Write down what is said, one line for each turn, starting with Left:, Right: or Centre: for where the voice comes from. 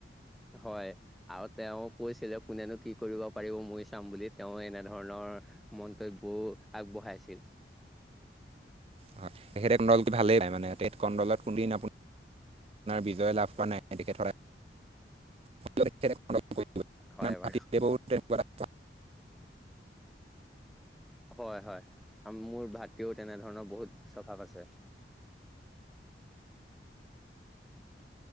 Centre: হয়। আৰু তেওঁ কৈছিলে কোনেনো কি কৰিব পাৰিব মই চাম বুলি তেওঁ এনেধৰণৰ মন্তব্যও আগবঢ়াই আছিল।
Right: হয় তেখেতে কডলটো ভালেই পায় মানে কণ্ডলত কোনদিন আপুনি বিজয় লাভ কৰা নাই তেখেত সদায় <unintelligible>
Centre: হয় বাৰু
Right: <inaudible>
Centre: হয়, হয় আৰু মোৰ ভাতৃও তেনেধৰণৰ বহুত স্বভাৱ আছে।